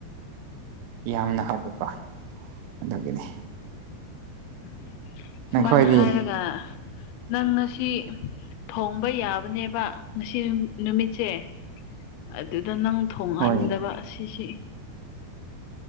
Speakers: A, on the right (about 80°); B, on the left (about 85°).
A: ꯌꯥꯝꯅ ꯍꯥꯏꯕꯀꯣ ꯑꯗꯨꯒꯤꯅꯤ
B: ꯎꯝ ꯁꯨꯃꯥꯏꯅ
A: ꯅꯈꯣꯏꯗꯤ
B: ꯍꯥꯏꯔꯒ ꯅꯪ ꯉꯁꯤ ꯊꯣꯡꯕ ꯌꯥꯕꯅꯦꯕ ꯉꯁꯤ ꯅꯨꯃꯤꯠꯁꯦ ꯑꯗꯨꯗ ꯅꯪ ꯊꯣꯡꯍꯟꯗꯕ
A: ꯍꯣꯏ
B: ꯑꯁꯤꯁꯤ